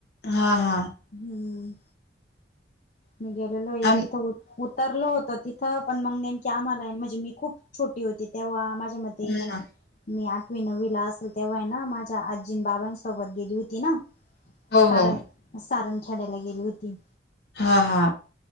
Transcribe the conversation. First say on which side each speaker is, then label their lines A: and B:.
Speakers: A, on the left; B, on the left.
A: हा हा.
B: हम्म. मी गेलेलो हे
A: आम
B: तिथ ऊ उतरल होत तिथं पण मग नेमकीे आम्हाला म्हणजे मी खूप छोटी होती तेव्हा माझ्या म ते
A: हा
B: मी आठवी, नववी ला असेल तेव्हा आहे ना माझ्या आजी बाबांसोबत गेली होती ना.
A: हो
B: सारंग
A: हो
B: सारंग खेडाला गेली होती.
A: हा हा.